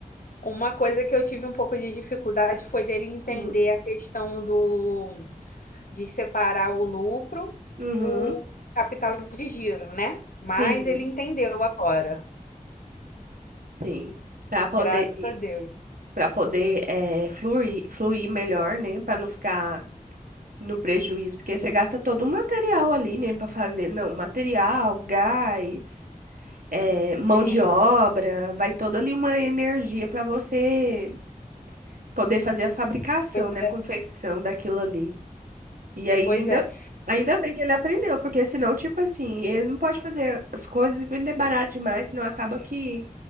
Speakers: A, on the left (about 75°); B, on the right (about 75°).
A: uma coisa que eu tive um pouco de dificuldade foi dele entender
B: Hum.
A: a questão do de separar o lucro
B: Uhum.
A: do capital de giro, né? Mas
B: Sim,
A: ele entendeu agora,
B: sim. Para poder
A: graças a Deus.
B: para poder é, fluir fluir melhor, né? Para não ficar no prejuízo, porque você gasta todo o material ali, né? Para fazer, não, material, gás, é, mão
A: Sim,
B: de obra, vai toda ali uma energia para você poder fazer a fabricação,
A: pois
B: né? A
A: é,
B: confecção daquilo ali. E aí
A: pois
B: ainda,
A: é.
B: ainda bem que ele aprendeu, porque senão, tipo assim, ele não pode fazer as coisas e vender barato demais, senão acaba que